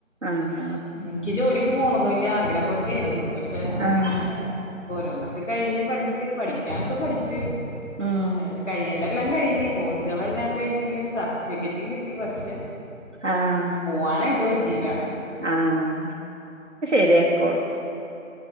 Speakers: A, on the right; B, on the left.
A: ആഹ്
B: എനിക്ക് ജോലി ക്ക് പോണന്ന് വല്ല്യാഗ്രഹവൊക്കെയാർന് പക്ഷെ പക്ഷെ അങ്ങനെ
A: ആഹ്
B: ഓരോന്നൊക്കെ കഴിഞ്ഞ് പഠിച്ച് പഠിക്കാനൊക്കെ പഠിച്ചു <inaudible>
A: ഉം
B: ആഹ് അത് കഴിയേണ്ടല്ലാം കഴിഞ്ഞ് കോഴ്സുകളെല്ലാം കഴിഞ്ഞ് സർട്ടിഫിക്കറ്റും കിട്ടി പക്ഷെ
A: ആഹ്
B: പോവാനായിട്ട് പറ്റി റ്റില്ല
A: ആഹ് ശരിയായിക്കോളും